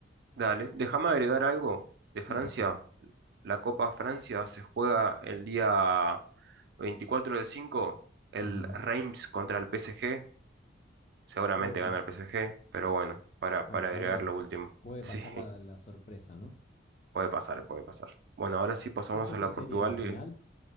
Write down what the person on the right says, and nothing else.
Dale, déjame agregar algo de
Francia.
La Copa Francia se juega el día 24 del 5, el
Reims contra el PSG. Seguramente
gana el PSG, pero bueno, para,
para agregar
lo último. <laughs>
Sí,
puede pasar, puede pasar. Bueno, ahora sí pasamos
a
la
Portugal
y